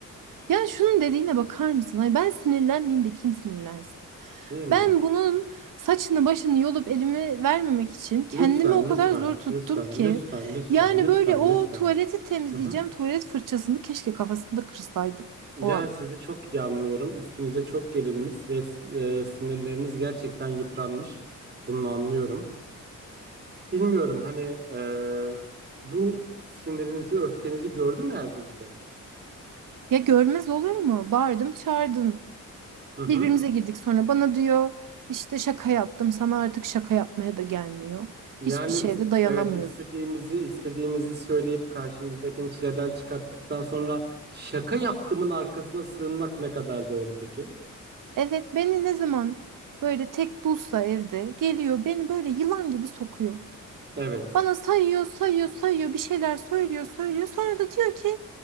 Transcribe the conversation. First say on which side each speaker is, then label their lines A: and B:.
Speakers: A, on the right (about 85°); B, on the right (about 30°).
A: yani şunun dediğine bakar mısın? Ay ben sinirlenmeyeyim de kim sinirlensin?
B: Değil mi?
A: Ben bunun saçını başını yolup elime vermemek için kendimi
B: Lütfen,
A: o kadar
B: lütfen,
A: zor tuttum
B: lütfen,
A: ki.
B: lütfen, lütfen,
A: Yani
B: lütfen,
A: böyle o
B: lütfen.
A: tuvaleti temizleyeceğim
B: hı. hı.
A: tuvalet fırçasını keşke kafasında kırsaydım
B: Yani
A: o an.
B: sizi çok iyi anlıyorum. Üstünüze çok gerilmiş ve si, e, sinirleriniz gerçekten yıpranmış. Bunu anlıyorum. Bilmiyorum hani e, bu sinirinizi, öfkenizi gördü mü Erdinç Bey?
A: Ya görmez olur mu? Bağırdım çağırdım.
B: Hı hı.
A: Birbirimize girdik sonra bana diyor işte şaka yaptım sana artık şaka yapmaya da gelmiyor.
B: Yani
A: Hiçbir şeye
B: is-
A: de dayanamıyorsun.
B: evet istediğimizi, istediğimizi söyleyip karşımızdakini çileden çıkarttıktan sonra şaka yaptığımın arkasına sığınmak ne kadar doğru peki?
A: Evet beni ne zaman böyle tek bulsa evde geliyor beni böyle yılan gibi sokuyor.
B: Evet,
A: Bana sayıyor, sayıyor, sayıyor, bir şeyler söylüyor, söylüyor. Sonra da diyor ki